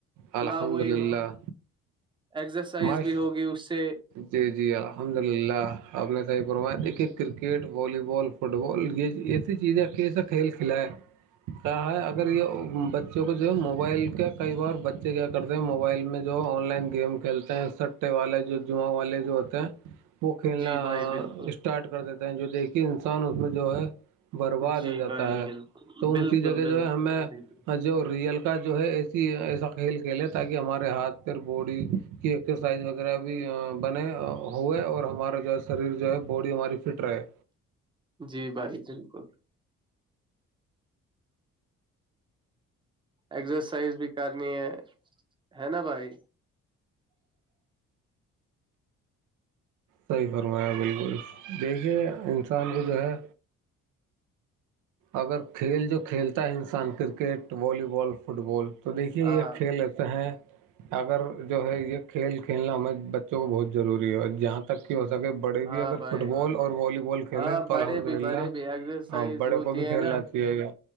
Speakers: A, on the right (about 85°); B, on the right (about 15°).
A: الحمد
B: کلاف وہی
A: للہ
B: ایکزرسائز
A: ماش
B: بھی ہوگی اس سے
A: جی جی الحمد للہ آپ نے صحیح فرمایا دیکھیے کرکٹ والی بال فٹ بال گی ایسے چیزیںسا کھیل کھیلا ہے
B: عغ
A: کہ اگر یہ بچوں کو جو ہے موبائل کے کئی بار بچے کیا کرتے ہیں موبائل میں جو آن لائن گیم کھیلتے ہیں سٹ والے جو جا والے جو ہوتے ہیں وہ کھیلنا
B: جی بھائی بالکل
A: اسٹارٹ کر دیتے جو دیکھیے انسان اس میں جو ہے برباد
B: جی
A: ہو جاتا
B: بھائی
A: ہے
B: بالکل
A: تو
B: بالکل
A: انسی جگہ
B: بالکل
A: جو ہے ہمیں جو ریئل کا جو ہے ایسی ایسا کھیل کھیلے تاکہ ہمارے ہاتھ پ بوڈی کی ایکسرسائز وغیرہ بھی بنے ہوئے اور ہمارا جو ہے شریر جو ہے باڈی ہماری فٹ رہے
B: جی بھائی بالکل ازرسائز بھی کرنی ہے ہے نا بھائی
A: صحیح فرمایا بالکل دیکھیے انسان کو جو ہے اگر کھیل جو کھیلتا ہے انسان کرکٹ والی بال فٹ بال تو دیکھیے
B: ہاں
A: یہ کھیل رہتا ہے اگر جو ہے یہ کھیل کھیلنا ہمیں بچوں کو بہت ضروری ہے اور جہاں تک کی ہو سکے بڑے بھی
B: ہاں
A: اگر
B: بھائی
A: فٹ بال اور والی بال کھیلے
B: ہاں
A: تو
B: بڑے
A: الحمد
B: بھی
A: للہ
B: بڑے بھی ایکسرسائز
A: بڑے
B: ہوتی
A: کو بھی
B: ہے
A: کھیلنا
B: نا
A: چ ہے کیا